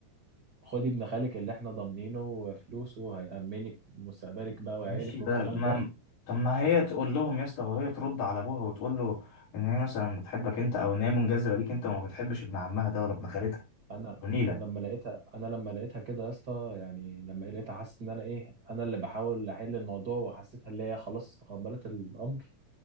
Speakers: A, on the right; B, on the left.
A: خدي ابن خالك اللي احنا ضامنينه فلوسه هيأمنك مستقبلك بقى
B: ماشي
A: وعيالك
B: بقى
A: والكلام
B: ما
A: ده
B: طب ما هي تقول لهم يا اسطى وهي ترد على ابوها وتقول له ان هي مثلا بتحبك انت او ان هي منجذبه ليك انت وما بتحبش ابن عمها ده ولا ابن خالتها
A: انا
B: ونيله
A: انا لما لقيتها انا لما لقيتها كده يا اسطى يعني لما لقيتها حاسس ان انا ايه انا اللي بحاول احل الموضوع وحسيتها اللي هي خلاص تقبلت الامر